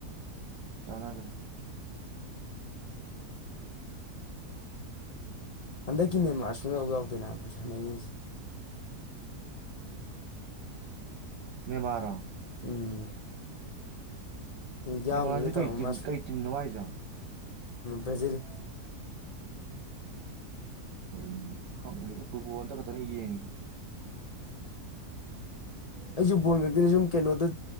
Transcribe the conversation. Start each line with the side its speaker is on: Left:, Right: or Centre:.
Right: ꯆꯥꯟ ꯑꯗꯨ꯭ꯔꯦ
Left: ꯍꯟꯗꯛꯀꯤꯅꯦ ꯃꯥꯔꯁ ꯌꯥꯎ ꯌꯥꯎꯗꯦꯅ ꯑꯩꯣꯏ ꯁꯥꯟꯅꯉꯁꯦ
Right: ꯅꯤꯕꯔꯥ
Left: ꯎꯝ ꯌꯥꯎꯅꯤꯒ
Right: ꯃꯔꯁꯤ
Left: ꯇꯧꯔꯝꯕ
Right: ꯀ ꯀꯩ ꯇꯤꯝ ꯅꯨꯡꯉꯥꯏꯖ
Left: ꯕ꯭ꯔꯥꯖꯤꯜ
Right: ꯑꯩ ꯈꯪꯒ꯭ꯔꯦꯗ ꯐꯟꯗ ꯀ ꯂꯩꯅꯤꯗ
Left: ꯑꯩꯁꯨ ꯐꯕꯣꯟ ꯈꯛꯇꯤꯅ ꯁꯨꯝ ꯀꯩꯅꯣꯗ